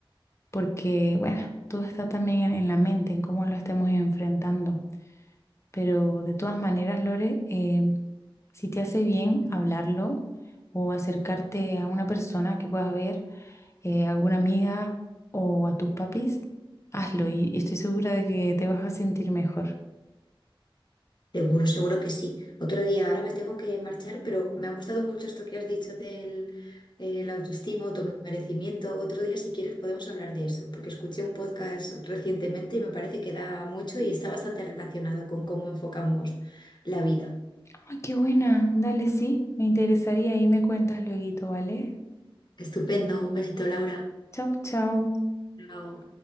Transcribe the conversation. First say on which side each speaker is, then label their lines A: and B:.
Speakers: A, on the left; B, on the left.
A: Porque, bueno, todo está también en en la mente, en cómo lo estemos enfrentando. Pero de todas maneras, Lore, eh, si te hace bien hablarlo o acercarte a una persona que puedas ver, eh, alguna amiga o a tus papis, hazlo y, y estoy segura de que te vas a sentir mejor.
B: seguro, seguro que sí. Otro día, ahora me tengo que marchar, pero me ha gustado mucho esto que has dicho del eh, la autoestima, automerecimiento. Otro día, si quieres, podemos hablar de eso, porque escuché un podcast recientemente y me parece que da mucho y está bastante relacionado con cómo enfocamos la vida.
A: ¡Ay, qué buena! Dale, sí, me interesaría y me cuentas luego, ¿vale?
B: Estupendo, un besito, Laura.
A: Chau, chau.
B: Chao.